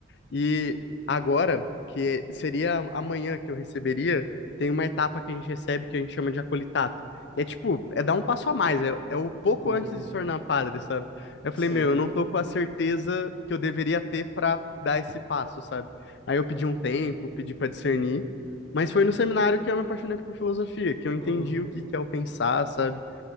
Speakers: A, on the left (about 60°); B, on the left (about 25°).
A: E agora, que seria amanhã que eu receberia, tem uma etapa que a gente recebe que a gente chama de acolitato. É tipo, é dar um passo a mais, é, é o pouco
B: uhum,
A: antes de se tornar padre, sabe? Eu falei,
B: sim.
A: meu, eu não tô com a certeza que eu deveria ter pra dar esse passo, sabe? Aí eu pedi um tempo, pedi pra discernir, mas foi no seminário que eu me apaixonei por filosofia, que eu entendi
B: Uhum.
A: o que que é o pensar, sabe?